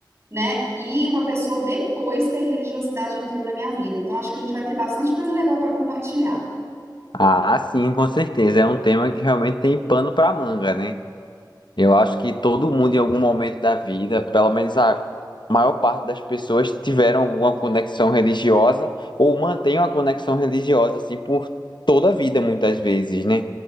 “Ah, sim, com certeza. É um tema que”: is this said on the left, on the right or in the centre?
Left